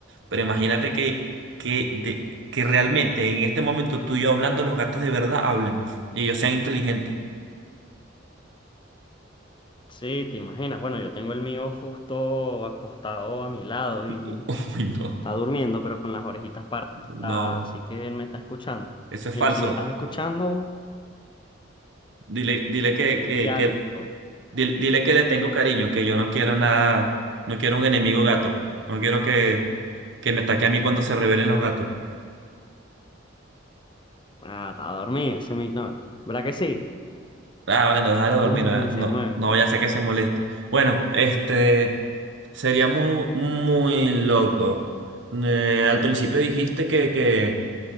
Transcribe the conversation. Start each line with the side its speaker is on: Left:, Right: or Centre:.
Right: Pero imagínate que, que, de, que realmente en este momento tú y yo hablando, los gatos de verdad hablan y ellos sean inteligentes.
Left: Sí, te imaginas. Bueno, yo tengo el mío justo acostado a mi lado
Right: <laughs>
Left: y
Right: Uy, no,
Left: Está durmiendo, pero con las orejitas paradas,
Right: no,
Left: así que él me está escuchando.
Right: eso es
Left: Mira,
Right: falso.
Left: si me estás escuchando,
Right: Dile, dile que, que,
Left: di algo.
Right: que, dile, dile que le tengo cariño, que yo no quiero nada, no quiero un enemigo gato. No quiero que, que me ataque a mí cuando se rebelen los gatos.
Left: Ah, está dormido, se me ignora. ¿Verdad que sí?
Right: Ah, bueno, déjalo dormir,
Left: No,
Right: no,
Left: ni
Right: no,
Left: se mueve.
Right: no vaya a ser que se moleste. Bueno, este sería muy, muy loco. Eh, al principio dijiste que, que,